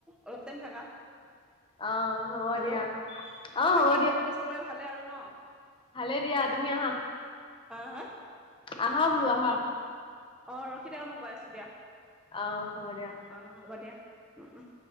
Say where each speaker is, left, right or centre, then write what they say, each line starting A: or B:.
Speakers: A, in the centre; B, on the left.
A: অলপ টাইম থাকা।
B: অ' হ'ব
A: হেল'ও
B: দিয়া। অ' হ'ব
A: বাকী ঘৰ পিনে চবৰে ভালে আৰু ন'
B: ভালেই দিয়া তুমি আহা।
A: হাঁ হাঁ?
B: আঁহা বোলো আহা।
A: অঁ ৰখি থাকা মই গৈ আছো দিয়া,
B: অ' হ'ব দিয়া।
A: অঁ হ'ব দিয়া। উম উম।